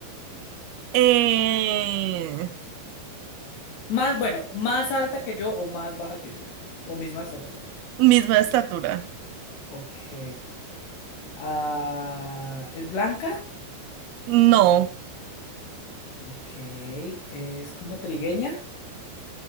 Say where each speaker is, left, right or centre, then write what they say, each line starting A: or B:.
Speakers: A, on the right (about 70°); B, on the left (about 75°).
A: Eh,
B: Más, bueno, más alta que yo o más baja que yo. O misma estatura.
A: misma estatura.
B: Ok. Ah, ¿es blanca?
A: No.
B: Ok. ¿Es como trigueña?